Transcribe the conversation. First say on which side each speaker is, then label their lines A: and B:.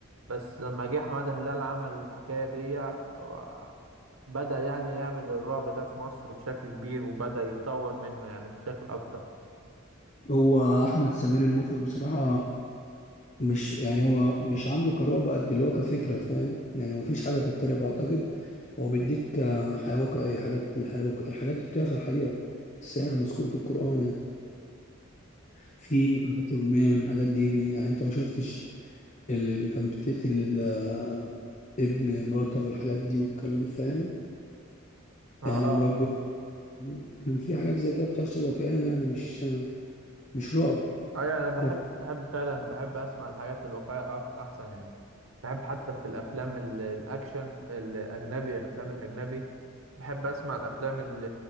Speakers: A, on the right; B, on the left.
A: بس لما جه حماده هلال عمل الحكايه دي و- بدأ يعني يعمل الرعب ده في مصر بشكل كبير وبدأ يتطور منه يعني بشكل اكتر
B: هو أحمد سمير المخرج بصراحة مش يعني هو مش عامله كرعب قد اللي هو كفكرة فاهم يعني هو مفيش حاجة كانت ترعب أعتقد هو بيديك آه، حياة واقعية حاجات الحياة الواقع- الحاجات دي بتحصل حقيقة السحر مذكور في القرآن يعني في حاجات يومية من الحاجات دي بي- يعني أنت ما شفتش اللي بي- كان بتقتل آه، ابن مراته والحاجات دي والكلام فاهم
A: اه
B: يعني مرات جوز- كان في حاجات زي كده بتحصل واقعية يعني مش آه، مش رعب
A: اه يعني انا بحب
B: فاهم
A: بحب فعلا بحب اسمع الحاجات الواقعيه أك- احسن يعني بحب حتى في الافلام ال- الاكشن الاجنبي الافلام الاجنبي بحب اسمع الافلام ال-